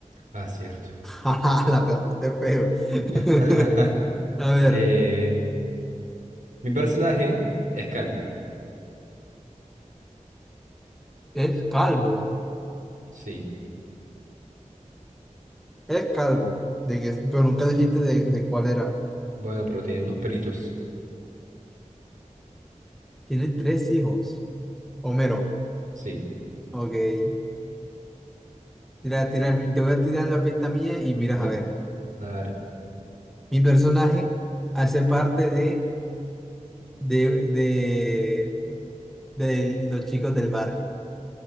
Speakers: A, on the right; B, in the centre.
A: Ah, cierto.
B: <laughs> Jaja, La perdiste feo. <laughs>
A: <laughs>
B: A ver,
A: Eh, mi personaje es calvo.
B: es calvo,
A: Sí.
B: es calvo. De que, pero nunca dijiste de, de cuál era.
A: Bueno, pero tiene unos peritos.
B: Tiene tres hijos. Homero,
A: Sí.
B: ok. Tira, tira, te voy a tirar la pista mía y miras
A: No.
B: a ver.
A: A ver.
B: Mi personaje hace parte de, de, de de los chicos del barrio.